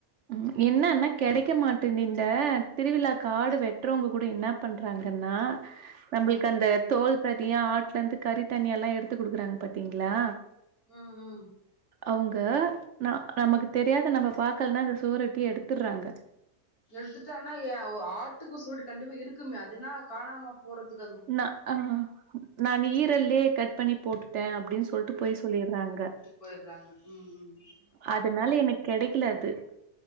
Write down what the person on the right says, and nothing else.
ம் என்னன்னா கெடக்க மாட்டின்னின்ட திருவிழாக்கு ஆடு வெட்‌றவங்க கூட என்ன பண்றாங்கன்னா நம்ளுக்கு
அந்த தோல் தனியா ஆட்லருந்து கறித்தனியா‌ எல்லாம் எடுத்து குடுக்குறாங்க பாத்தீங்களா
அவ்ங்க ந நமக்கு தெரியாத நம்ம பாக்கலனா அந்த சுவரொட்டிய எடுத்துர்றாங்க
நா ஆ நான் ஈரல்லயே கட் பண்ணி போட்டுட்டே அப்டின்னு சொல்ட்டு பொய் சொல்லிர்றாங்க
அதனால எனக்கு கெடக்கல அது